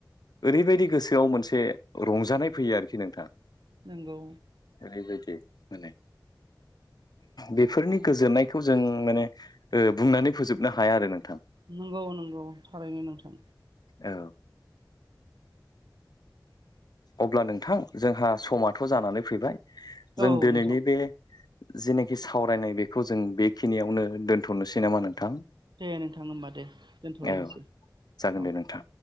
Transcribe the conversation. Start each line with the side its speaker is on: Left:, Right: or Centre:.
Left: ओरैबायदि गोसोआव मोनसे रंजानाय फैयो आरोखि नोंथां
Right: नंगौ
Left: जेरै बायदि माने बेफोरनि गोजोननायखौ जों माने ओ बुंनानै फोजोबनो हाया आरो नों
Right: नंगौ नंगौ थारैनो नोंथां
Left: औ अब्ला नोंथां जोंहा समाथ' जानानै फैबाय
Right: औ
Left: जों दोनैनि
Right: नोंथां
Left: बे जेनाखि सावरायनाय बेखौ जों बेखिनियावनो दोन्थ'नोसै नामा नोंथां
Right: दे नोंथां होमबा दे दोनथ'लायनोसै
Left: औ जागोन
Right: औ
Left: दे नोंथां